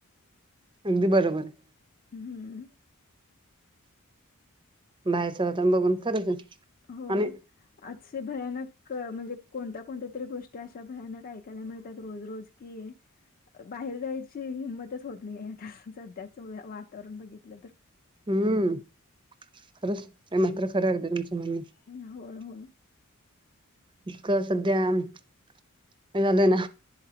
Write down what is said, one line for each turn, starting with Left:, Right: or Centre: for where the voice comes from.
Right: अगदी बरोबर आहे.
Left: हम्म.
Right: बाहेरचं होता बघून खरंच
Left: होय.
Right: आणि
Left: आजे भयानक म्हणजे कोणत्या कोणत्या तरी गोष्टी अशा भयानक ऐकायला मिळतात रोज रोज. कि. बाहेर जायची हिंमतच होत नाहीे आता सध्याच वातावरण बघितलं तर.
Right: हम्म, खरंच हे मात्र खरं हाय अर्दी तुमच म्हणणं.
Left: होय, होय.
Right: इतकं सध्या हे झालंय ना.